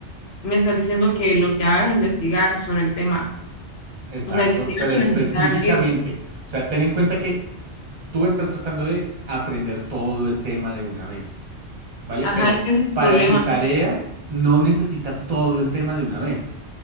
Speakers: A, on the left; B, on the right.
A: Me estás diciendo que lo que hagas es investigar sobre el tema.
B: Exacto,
A: O sea, investigar
B: pero
A: sin
B: específicamente,
A: necesidad de haber leído.
B: o sea, ten en cuenta que tú estás tratando de aprender todo el tema de una vez, ¿vale?
A: Ajá,
B: Pero
A: es que ese es el
B: para
A: problema.
B: tu tarea no necesitas todo el tema de una vez,